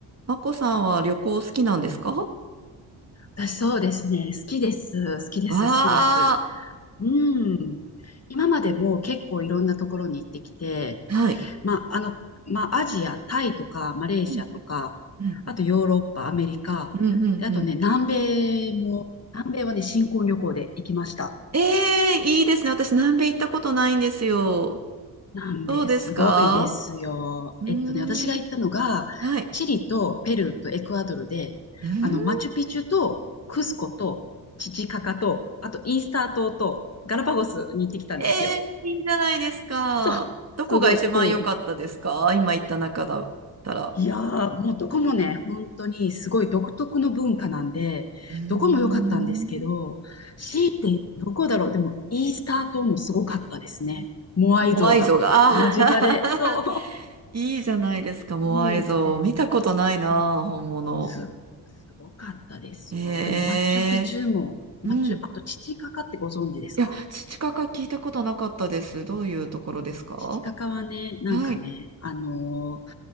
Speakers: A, on the right; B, on the left.
A: マコさんは旅行好きなんですかわ
B: 私そうですね。好きです。好きです。
A: あ、
B: 好きです。うん。今までも結構いろんなところに行ってきて、
A: はい。
B: まあ、あの、まあ、アジア、タイとか、マレーシアとか、
A: うん、うん、
B: あとヨーロッパ、アメリカ、
A: うん、うん。
B: であとね、
A: うん
B: 南米も、南米はね、新婚旅行で行きました。
A: ええいいですね。私、南米行ったことないんですよ。
B: 南米すごいですよ。
A: どうですかうーん、
B: えっとね、私が行ったのが、
A: はい。
B: チリとペルーとエクアドルで、
A: うーん、
B: あの、マチュピチュとクスコとチチカカと、あとイースター島とガラパゴスに行ってきたんですよ。
A: ええいいじゃないですか。
B: そう。
A: どこが一番良かったですか今行った中だったら。
B: すごい濃い。いやー、もうどこもね、本当にすごい独特の文化なんで、
A: うーん
B: どこも良かったんですけど、し、どこだろう、でもイースター島もすごかったですね。モアイ像が間近で、
A: モアイ像が、あー
B: そ
A: <laughs> いいじゃないですか、モアイ像。
B: う、見れて。
A: 見たことないな、
B: そう
A: 本物。
B: す、すごかったですよ。
A: ええ
B: でも、マチュピチュも、
A: うん。
B: マチュ、あと、チチカカってご存知ですか
A: いや、土かか聞いたことなかったです。どういうところですか
B: チチカカはね、なんかね、
A: はい。
B: あのー